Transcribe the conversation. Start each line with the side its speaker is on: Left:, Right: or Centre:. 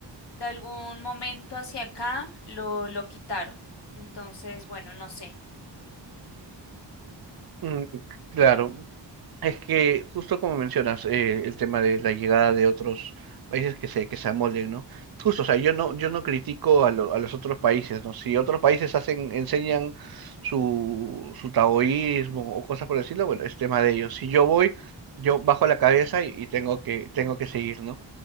Left: de algún momento hacia acá lo, lo quitaron. Entonces, bueno, no sé.
Right: Mm, claro, Es que justo como mencionas eh, el tema de la llegada de otros países que se, que se amolden, ¿no? Justo, o sea, yo no, yo no critico a, lo- a los otros países, ¿no? Si otros países hacen, enseñan su, su taoísmo o cosas por decirlo, bueno, es tema de ellos. Si yo voy, yo bajo la cabeza y, y tengo que, tengo que seguir, ¿no?